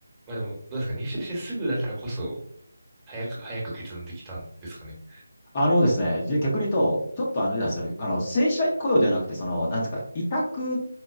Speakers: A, on the right; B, on the left.
A: まあでも、どうですか、入社してすぐだからこそ、早く、早く決断できたんですかね。
B: あのですね、じゃあ逆に言うと、ちょっとあれなんですよね、あの、正社員雇用ではなくて、その、なんですか、委託、